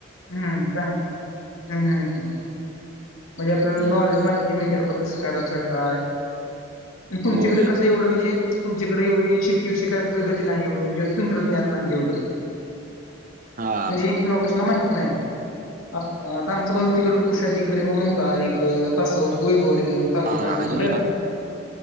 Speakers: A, on the left; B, on the right.
A: हम्म का हम्म- हम्म -हम्म. म्हणजे आपल्याला
B: हम्म
A: नाॅ- माहिती मिळती कस करायचं काय? तुमच्याकडे
B: होय
A: कसं एवढं म्हणजे तुमच्याकडे एवढे शेतीविषयी काही प्रगती नाही म्हणजे तंत्रज्ञान नाही एवढं.
B: हा
A: म्हणजे लोकशला माहिती नाही. ह आता आमचा भाऊ तिकडे कुशीधिकारी म्हणून होता एक पाच सहा वर्ष वैभवाडी म्हणून तालुका
B: हा
A: आहे तिकडं.
B: अजून